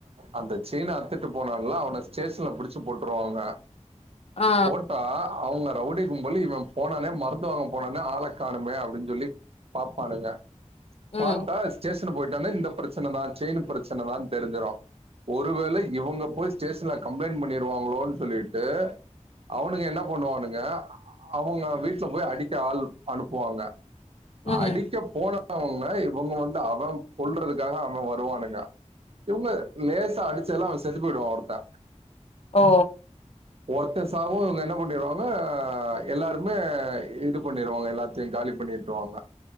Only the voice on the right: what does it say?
அந்த செய்ன அத்துட்டு போனான்ல்ல அவன ஸ்டேஷன்ல புடிச்சு போட்ருவாங்க
போட்டா அவுங்க ரவுடி கும்பலு இவன் போனானே மருந்து வாங்க போனானே ஆள காணமே அப்டின் சொல்லி பாப்பானுக
பாத்தா ஸ்டேஷன் போயிட்டானே இந்த பிரச்சனதா செயினு பிரச்சனதான் தெரிஞ்சிரு ஒருவேள இவுங்க போய் ஸ்டேஷன்ல கம்ப்ளைண்ட் பண்ணிருவாங்களோன்னு சொல்லிட்டு அவனுக என்ன பண்ணுவானுக அவுங்க வீட்ல போய் அடிக்க ஆள் அனுப்புவாங்க
அடிக்க போன ஒன்ன இவுங்க வந்து அவன் கொல்றதுக்காக அவன் வருவானுக இவுங்க லேசா அடிச்சதுல அவன் செத்து போயிடுவான் ஒருத்தன்
ஒருத்தன் சாவு இவுங்க என்ன பண்ணிருவாங்க எல்லாருமே இது பண்ணிருவாங்க எல்லா த்தியு காலி பண்ணி உட்ருவாங்க.